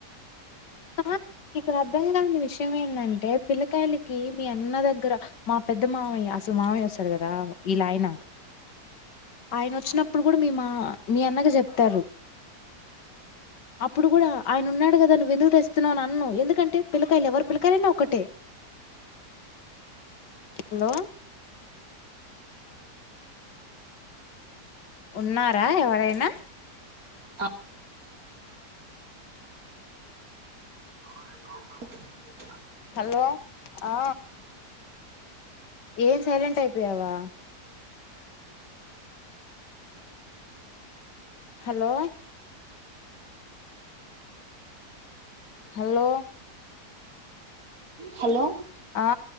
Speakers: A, on the left; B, on the right.
A: కా ఇక్కడ అర్థం కాని విషయం ఏంటంటే పిల్లకాయలకి మీ అన్న దగ్గర మా పెద్ద మామయ్య అసలు మామయ్య వస్తాడు కదా ఇలా ఆయనా ఆయన వచ్చిన ఇప్పుడు కూడా మీ మా మీ అన్నగా చెప్తారు అప్పుడు కూడా ఆయన ఉన్నాడు కదా నువ్వు విందుకు తెస్తున్నావుని అను ఎందుకంటే పిల్లకాయలు ఎవరు పిల్లకాయలనా ఒకటే హలో ఉన్నారా ఎవరైనా
B: ఆ అ ఎంత ప్ర
A: హలో ఆ ఏం సైలెంట్ అయిపోయావా హలో హలో
B: హలో
A: ఆ